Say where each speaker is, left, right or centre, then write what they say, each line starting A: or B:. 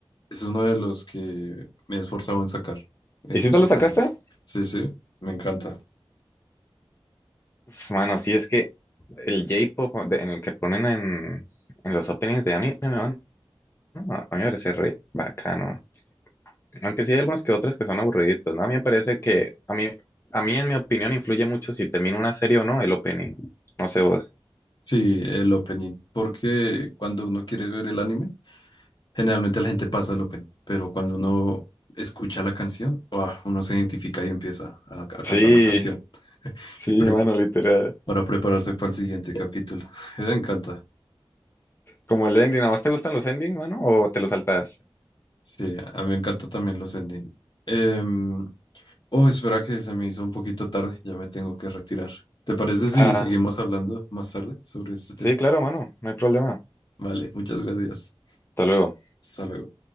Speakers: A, on the left; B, on the left.
A: Es uno de los que me he esforzado en sacar eh,
B: ¿Y
A: musicalmente.
B: si te lo sacaste?
A: Sí, sí, me encanta.
B: Pues, mano, sí es que el J-pop de- en el que ponen en, en los openings de anime, mano, a mí me parece re bacano. Aunque sí hay algunos que otros que son aburriditos, ¿no? A mí me parece que, a mí, a mí en mi opinión, influye mucho si termina una serie o no el opening. No sé vos.
A: Sí, el opening. Porque cuando uno quiere ver el anime, Generalmente la gente pasa el opening, pero cuando uno escucha la canción, ¡ah! uno se identifica y empieza a, a
B: Sí,
A: cantar la canción
B: sí,
A: y pre-
B: mano, literal.
A: para prepararse para el siguiente capítulo. <laughs> Me encanta.
B: Como el ending, ¿a vos te gustan los endings, mano? ¿O te los saltás?
A: Sí, a mí me encanta también los ending. Em, oh, espera que se me hizo un poquito tarde, ya me tengo que retirar. ¿Te parece si
B: Ah,
A: seguimos hablando más tarde sobre este
B: sí,
A: tema?
B: claro, mano, no hay problema.
A: Vale, muchas gracias.
B: Hasta luego.
A: Hasta luego.